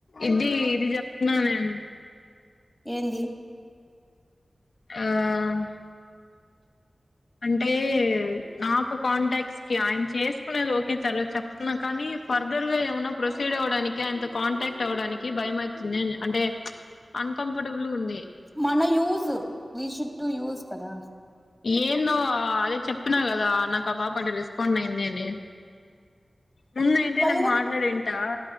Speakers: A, on the left (about 70°); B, in the centre.
A: ఇది ఇది చెప్తున్నా నేను.
B: ఏంది.
A: ఆహ్. అంటే నాకు కాంటాక్ట్స్ కి ఆయన చేసుకునేది ఓకే సార్ చెప్తున్నా కానీ ఫర్దర్ గా ఏమన్నా ప్రొసీడి అవ్వడానికి ఆయనతో కాంటాక్ట్ అవ్వడానికి భయమవుతుంది అని అంటే ప్చ్ అన్ కంఫర్టబుల్ గా ఉంది.
B: మన use we should to use కదా.
A: ఏం. నువ్వు అదే చెప్పిన కదా నాకు ఆ పాప రెస్పాండ్ అయింది అని. ముందు అంటే
B: పలువన్
A: నేను మాట్లాడింటా